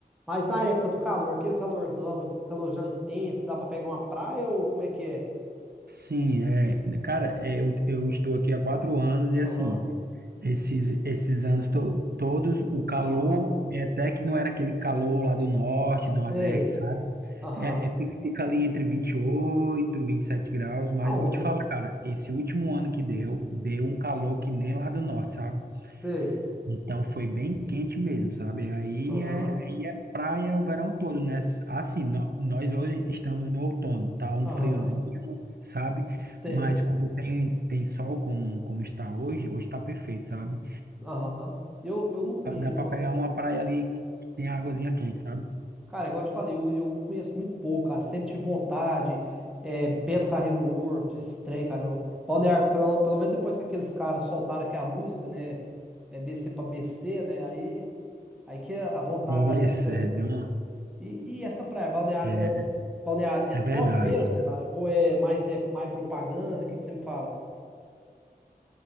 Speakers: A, in the centre; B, on the right.
A: Mas na época do calor, aquele calorão, calorão extenso, que dá pra pegar uma praia ou como é que é?
B: Sim, é, cara, é, eu, eu estou aqui há quatro anos e assim,
A: Aham,
B: Esses, esses anos to- todos, o calor,
A: aham,
B: é até que não era aquele calor lá do norte, nordeste,
A: sei,
B: sabe?
A: aham.
B: É, é, fica, fica ali entre vinte vinte e oito vinte e sete graus, mas
A: Ah,
B: eu
A: um,
B: vou te falar,
A: um-
B: cara, esse último ano que deu, deu um calor que nem lá do norte, sabe?
A: sei,
B: Então foi bem quente mesmo, sabe? Aí
A: aham,
B: é, aí é praia o verão todo, né? Assim, nó- nós hoje estamos no outono, tá um
A: aham,
B: friozinho, sabe?
A: sei,
B: Mas quando tem, tem sol como, como está hoje, hoje está perfeito, sabe?
A: aham. Eu, eu não conheço.
B: dá para pegar uma praia ali que tem águazinha quente, sabe?
A: Cara, igual eu te falei, eu, eu conheço muito pouco, cara. Sempre tive vontade. É, Beto Carreiro World, esse trem, cara. Eu, Balneário, pelo, pelo menos depois que aqueles caras soltaram aqui a música, né? É descer pra BC, né? Aí, aí que a vontade
B: Isso,
A: da gente. pra-
B: é, de uma-
A: E, e essa praia, Balneário,
B: é,
A: que- Balneário, é
B: é
A: top
B: verdade.
A: mesmo, cara? Ou é mais, é mais propaganda? O que que você me fala?